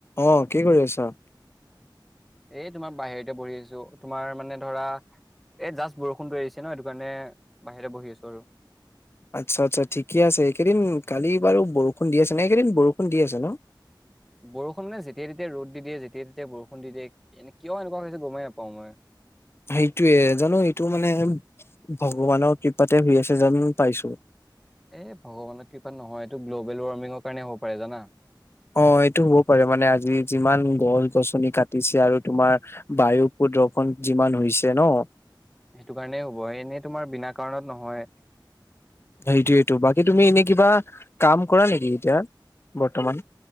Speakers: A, on the left; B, in the centre.
A: অ কি কৰি আছা?
B: এই তোমাৰ বাহিৰতে বহি আছো তোমাৰ মানে ধৰা এ জাষ্ট বৰষুণটো এৰিছে ন হেইটো কাৰণে বাহিৰতে বহি আছো আৰু
A: আচ্ছা আচ্ছা ঠিকে আছে এইকেইদিন কালি বাৰু বৰষুণ দি আছে নাইকেইদিন বৰষুণ দি আছে ন?
B: বৰষুণ মানে যেতিাই যেতিয়া ৰ'দ দি দিয়ে যেতিয়াই তেতিয়াই বৰষুণ দি দিয়ে এ কিয় এনেকুৱা হৈছে গমেই নাপাওঁ মই।
A: সেইটোয়ে জানো এইটো মানে ভগৱানৰ কৃপাতে শুই আছে যেন পাইছো।
B: এই ভগৱানৰ কৃপাত নহয় এইটো গ্ল'বেল ৱাৰ্মিঙৰ কাৰণে হ'ব পাৰে জানা?
A: অ এইটো হ'ব পাৰে মানে আজি যিমান গছ গছনি কাটিছে আৰু তোমাৰ বায়ু দ্ৰখন যিমান হৈছে ন
B: সেইটো কাৰণেই হ'ব এনেই তোমাৰ বিনা কাৰণত নহয়।
A: সেইটোয়েইটো বাকী তুমি এনে কিবা কাম কৰা নেকি এতিয়া বৰ্তমান?